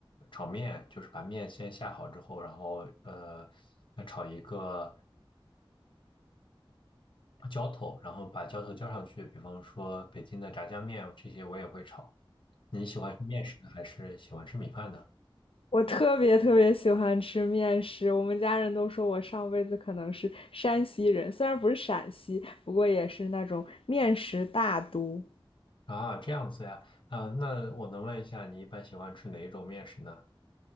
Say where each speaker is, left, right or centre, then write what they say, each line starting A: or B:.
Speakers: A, on the left; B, on the left.
A: 炒面，就是把面先下好之后，然后呃炒一个浇头，然后把浇头浇上去，比方说北京的炸酱面这些我也会炒。你喜欢吃面食还是喜欢吃米饭呢？
B: 我特别特别喜欢吃面食，我们家人都说我上辈子可能是山西人，虽然不是陕西，不过也是那种面食大都。
A: 啊，这样子呀，啊，那我能问一下，你一般喜欢吃哪一种面食呢？